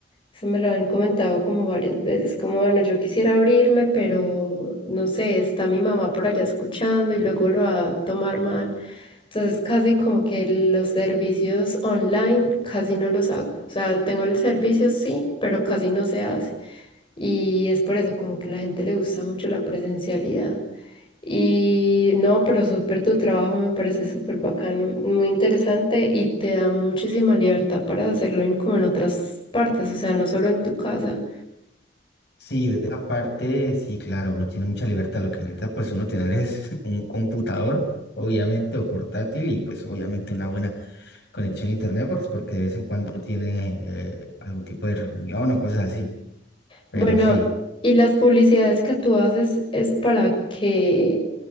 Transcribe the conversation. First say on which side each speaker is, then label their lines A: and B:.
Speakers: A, on the left; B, on the left.
A: Eso me lo han comentado como varias veces, como bueno, yo quisiera abrirme, pero no sé, está mi mamá por allá escuchando y luego lo va a tomar mal. Entonces casi como que los servicios online casi no los hago. O sea, tengo el servicio sí, pero casi no se hace. Y es por eso como que a la gente le gusta mucho la presencialidad. Y no, pero súper tu trabajo me parece súper bacano, muy interesante y te da muchísima libertad para hacerlo en, como en otras partes, o sea, no solo en tu casa.
B: Sí, de esa parte, sí, claro, uno tiene mucha libertad. Lo que necesita, pues, uno tener es <laughs> un computador, obviamente, o portátil, y pues, obviamente, una buena conexión a internet, pues, porque de vez en cuando uno tiene eh, algún tipo de reunión o cosas así. Pero
A: Bueno,
B: sí.
A: ¿y las publicidades que tú haces es para qué?